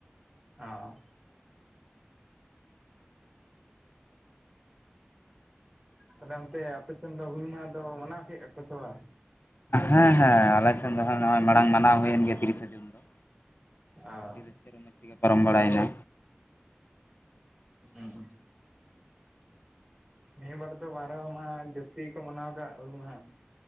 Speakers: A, on the right (about 20°); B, on the left (about 55°).
A: ᱚ ᱛᱟᱦᱞᱮ ᱚᱱᱛᱮ ᱟᱯᱮ ᱥᱮᱱ ᱫᱚ ᱦᱩᱞ ᱢᱟᱦᱟ ᱫᱚ ᱢᱟᱱᱟᱣ ᱠᱮᱫᱼᱟ ᱠᱚ ᱥᱮ ᱵᱟᱝ
B: ᱦᱮᱸ ᱦᱮᱸ ᱟᱞᱮᱮᱥᱱ ᱫᱚ ᱱᱚᱜᱼᱚᱭ ᱢᱟᱲᱟᱝ ᱢᱟᱱᱟᱣ ᱦᱩᱭᱮᱱ ᱜᱮᱭᱟ ᱛᱤᱨᱤᱥᱟ ᱡᱩᱱ ᱫᱚ
A: ᱚ
B: ᱟᱹᱰᱤ ᱨᱟᱹᱥᱠᱟᱹ ᱨᱚᱢᱚᱡᱽ ᱛᱮᱜᱮ ᱯᱟᱨᱚᱢ ᱵᱟᱲᱟᱭᱮᱱᱟ
A: ᱦᱚᱢ ᱱᱤᱭᱟᱹ ᱵᱟᱨ ᱫᱚ ᱵᱟᱨᱦᱚ ᱢᱟ ᱡᱟᱹᱥᱛᱤ ᱜᱮᱠᱚ ᱢᱟᱱᱟᱣ ᱟᱠᱟ ᱟ ᱦᱩᱞᱢᱟᱦᱟ